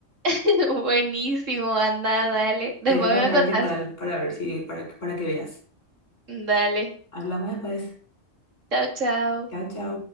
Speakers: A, on the right; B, on the left.
A: <laughs> Buenísimo, anda, dale. Después
B: Te voy a contar
A: me contás.
B: qué tal para ver si, para, para que veas.
A: Dale.
B: Hablamos después.
A: Chao, chao.
B: Chao, chao.